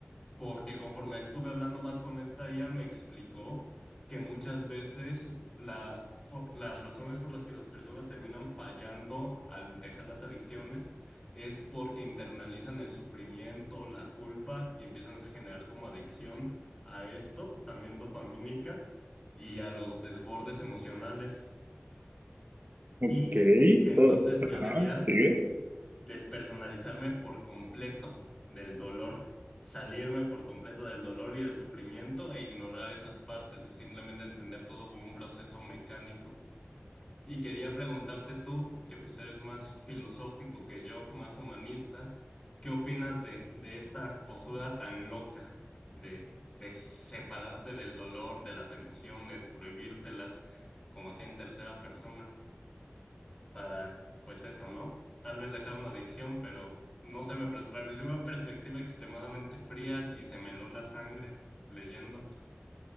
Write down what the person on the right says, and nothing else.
ok,
todo- ajá,
sigue.